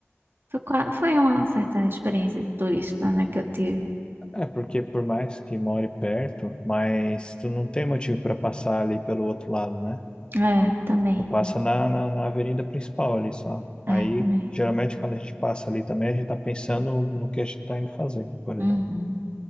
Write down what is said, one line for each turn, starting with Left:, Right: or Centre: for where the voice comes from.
Right: Foi, qua- foi uma certa experiência de turista, né, que eu tive.
Left: É porque por mais que more perto, mas tu não tem motivo para passar ali pelo outro lado, né?
Right: É, também.
Left: Tu passa na, na, na avenida principal ali só. Aí,
Right: É, também.
Left: geralmente, quando a gente passa ali também, a gente tá pensando no que a gente tá indo fazer, por
Right: Uhum.
Left: exemplo.